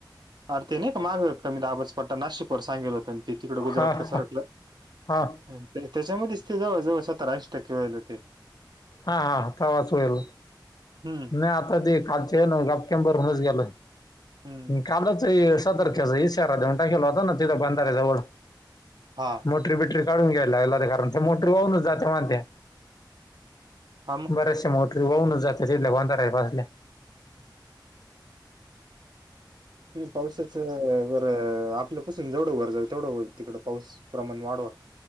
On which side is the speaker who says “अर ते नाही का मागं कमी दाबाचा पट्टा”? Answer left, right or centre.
Right